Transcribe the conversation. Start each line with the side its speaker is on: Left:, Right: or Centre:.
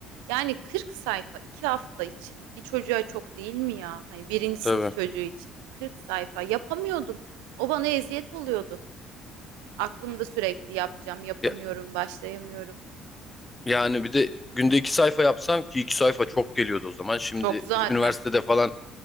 Right: Yani 40 sayfa 2 hafta için bir çocuğa çok değil mi ya? Hani birinci sınıf
Left: Tabii.
Right: çocuğu için 40 sayfa yapamıyordum. O bana eziyet oluyordu. Aklımda sürekli yapacağım yapamıyorum
Left: Ya,
Right: başlayamıyorum.
Left: Yani bir de günde iki sayfa yapsam ki iki sayfa çok geliyordu o zaman. Şimdi
Right: Çok zaten.
Left: üniversitede falan